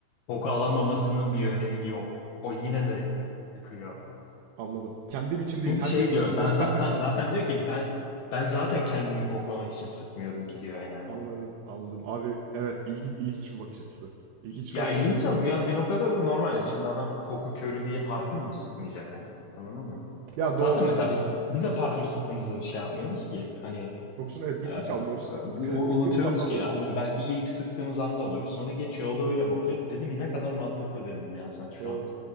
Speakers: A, on the left; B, on the right.
A: koku alamamasının bir önemi yok. O yine
B: Hmm,
A: de sıkıyor.
B: anladım. Kendim için
A: Çünkü
B: değil herkes
A: şey
B: için
A: diyor
B: diyor.
A: ben za-
B: <laughs> Ben
A: ha, zaten diyor ki ben ben zaten kendimi koklamak için sıkmıyorum ki diyor yani.
B: anladım anladım. Abi evet ilgin, ilginç bir bakış açısı. İlginç
A: Ya
B: bir bakış
A: ilginç
B: açısı.
A: ama bir, yan- bir noktada da normal. Yani şimdi adam koku körü diye parfüm mü sıkmayacak hani? Anladın mı?
B: Ya doğru.
A: Zaten mesela biz biz de parfüm sıktığımızda bir şey yapmıyoruz ki. Hani
B: Kokusunu evet biz
A: e,
B: hiç almıyoruz
A: bir
B: ki. Sık,
A: o-
B: <laughs> sıktığımız
A: unutuyoruz
B: anda alıyoruz
A: ki. Aynen
B: sadece.
A: belki
B: Evet,
A: ilk sıktığımız anda alıyoruz. Sonra geçiyor. O da öyle bakıyor. Dedim ne kadar mantıklı dedim ya sen şu
B: doğru
A: an